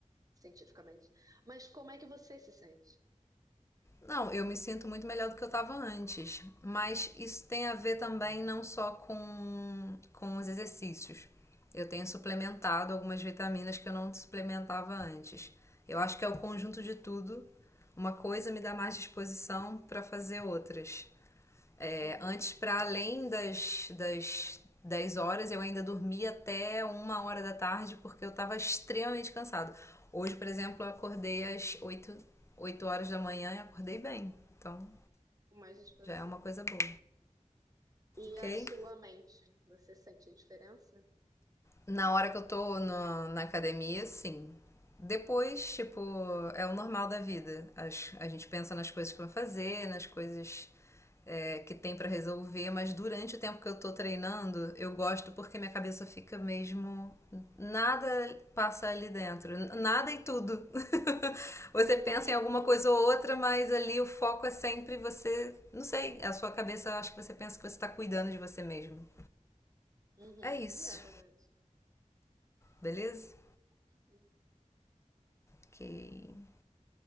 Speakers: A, on the right (about 25°); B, on the left (about 20°).
A: cientificamente. Mas como é que você se sente?
B: Não, eu me sinto muito melhor do que eu estava antes. Mas isso tem a ver também não só com, com os exercícios. Eu tenho suplementado algumas vitaminas que eu não suplementava antes. Eu acho que é o conjunto de tudo. Uma coisa me dá mais disposição para fazer outras. É,
A: Uhum.
B: antes, para além das, das 10 horas, eu ainda dormia até uma hora da tarde porque eu estava extremamente cansado. Hoje, por exemplo, eu acordei às 8 8 horas da manhã e acordei bem. Então,
A: Com mais disposição.
B: já é uma coisa boa,
A: E
B: ok?
A: a sua mente, você sente a diferença?
B: Na hora que eu tô no- na academia, sim. Depois, tipo, é o normal da vida. As- a gente pensa nas coisas que vai fazer, nas coisas é, que tem pra resolver, mas durante o tempo que eu tô treinando, eu gosto porque minha cabeça fica mesmo. Nada passa ali dentro. N- Nada e tudo. <laughs> Você
A: Uhum,
B: pensa em alguma
A: sim.
B: coisa ou outra, mas ali o foco é sempre você. Não sei, a sua cabeça, eu acho que você pensa que você tá cuidando de você mesmo.
A: Uhum.
B: É isso,
A: E é verdade.
B: beleza?
A: Ok.
B: Ok.